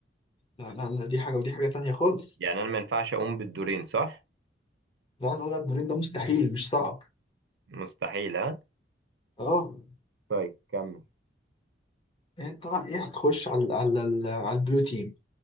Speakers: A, on the left; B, on the right.
A: لا لا لا دي حاجه ودي حاجه تانية خالص
B: يعني انا ما ينفعش اقوم بالدورين صح
A: لا لا لا الدورين ده مستحيل مش صعب
B: مستحيل ها
A: اه
B: طيب كمل
A: انت بقى ايه هتخش على على على البلو تيم